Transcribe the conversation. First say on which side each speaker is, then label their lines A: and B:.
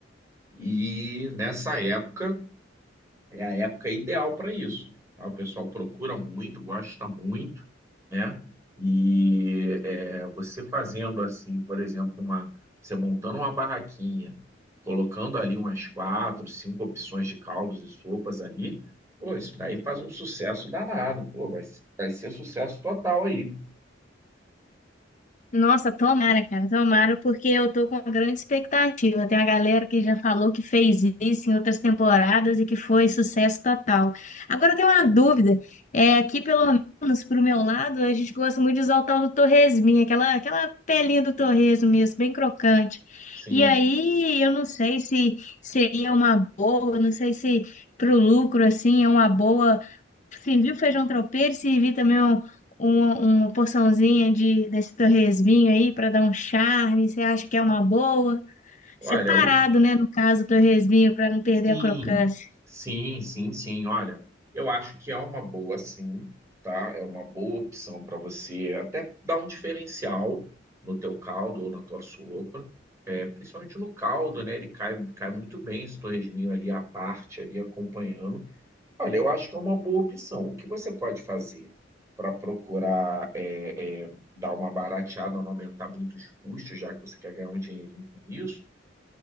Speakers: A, on the right; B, on the left.
A: E nessa época É a época ideal para isso. tá? O pessoal procura muito, gosta muito, né? E é, você fazendo assim, por exemplo, uma, você montando uma barraquinha, colocando ali umas quatro, cinco opções de caldos e sopas ali, pô, isso daí faz um sucesso danado. Pô, vai, vai ser sucesso total aí.
B: Nossa, tomara, cara, tomara, porque eu tô com uma grande expectativa. Tem uma galera que já falou que fez isso em outras temporadas e que foi sucesso total. Agora eu tenho uma dúvida. É, aqui, pelo menos pro meu lado, a gente gosta muito de usar o tal do torresminho, aquela, aquela pelinha do torresmo mesmo, bem crocante.
A: Sim.
B: E aí, eu não sei se seria uma boa, não sei se pro lucro, assim, é uma boa servir o feijão tropeiro, servir também um- uma, uma porçãozinha de, desse torresminho aí para dar um charme. Você acha que é uma boa?
A: Olha,
B: Separado,
A: o
B: né? No caso, o torresminho para não perder
A: Sim,
B: a crocância.
A: sim, sim, sim. Olha, eu acho que é uma boa, sim, tá? É uma boa opção para você até dar um diferencial no teu caldo ou na tua sopa. É, principalmente no caldo, né? Ele cai, cai muito bem esse torresminho ali à parte, ali acompanhando. Olha, eu acho que é uma boa opção. O que você pode fazer para procurar é, é, dar uma barateada, não aumentar muito os custos, já que você quer ganhar um dinheirinho com isso?